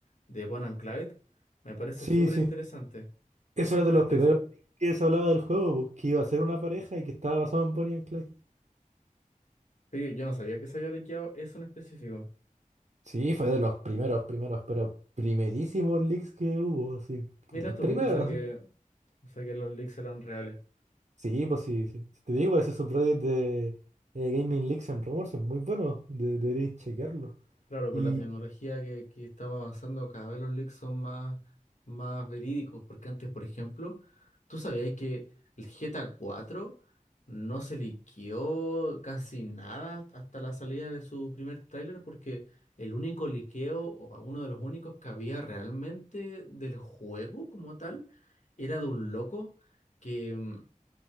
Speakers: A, on the left; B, on the right.
A: de Bonnie and Clyde. Me parece
B: Sí,
A: súper
B: sí.
A: interesante.
B: Eso era
A: Súper
B: de los
A: interesante.
B: primeros que se hablaba del juego, po, que iba a ser una pareja y que estaba basado en Bonnie and Clyde.
A: Pero yo no sabía que se había liqueado eso en específico.
B: Sí, fue de los primeros, primeros, pero primerísimos leaks que hubo, así.
A: Mira
B: De los
A: tú,
B: primeros.
A: o sea que, o sea que los leaks eran reales.
B: Sí, pues sí, sí. Si Te digo, ese subreddit de eh, Gaming Leaks and Rumors es muy bueno. de- deberíais chequearlo.
A: Claro,
B: Y
A: con la tecnología que, que estamos avanzando, cada vez los leaks son más, más verídicos, porque antes, por ejemplo, ¿tú sabías que el GTA 4 no se liqueó casi nada hasta la salida de su primer tráiler? Porque el único liqueo, o uno de los únicos que había realmente del juego como tal, era de un loco que mm,